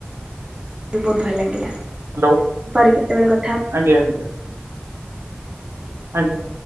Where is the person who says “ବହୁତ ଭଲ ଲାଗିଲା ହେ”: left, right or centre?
Right